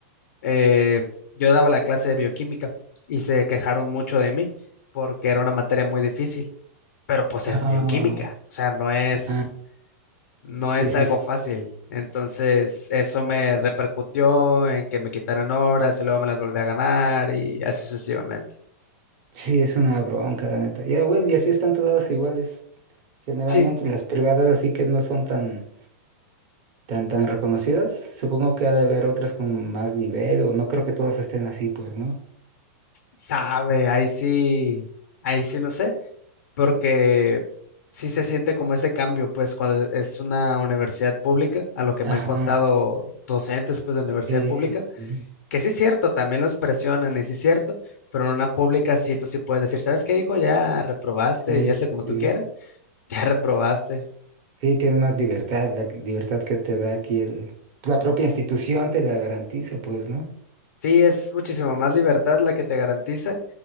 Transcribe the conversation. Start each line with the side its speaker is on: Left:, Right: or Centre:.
Left: eh, yo daba la clase de bioquímica y se quejaron mucho de mí porque era una materia muy difícil, pero pues
Right: Ah,
Left: es bioquímica, o sea, no es
Right: ah,
Left: no
Right: sí,
Left: es
Right: sí,
Left: algo fácil. Entonces, eso me repercutió en que me quitaran horas y luego me las volví a ganar y así sucesivamente.
Right: Sí, es una bronca, la neta. Ya, bueno, y así están todas iguales. Generalmente
Left: Sí,
Right: las privadas así que no son tan, tan, tan reconocidas. Supongo que ha de haber otras con más nivel, o no creo que todas estén así, pues, ¿no?
Left: sabe, ahí sí, ahí sí no sé, porque sí se siente como ese cambio, pues cuando es una universidad pública, a lo que
Right: Ajá,
Left: me han contado docentes, pues de universidad
Right: sí,
Left: pública,
Right: sí, sí,
Left: que sí es cierto, también los presionan y sí es cierto, pero en una pública sí, tú sí puedes decir, ¿sabes qué, hijo? Ya reprobaste,
Right: sí,
Left: ya hazle como
Right: sí.
Left: tú quieras, <laughs> ya reprobaste,
Right: Sí, tienes más libertad, la libertad que te da aquí el, la propia institución te la garantiza, pues, ¿no?
Left: Sí, es muchísimo más libertad la que te garantiza,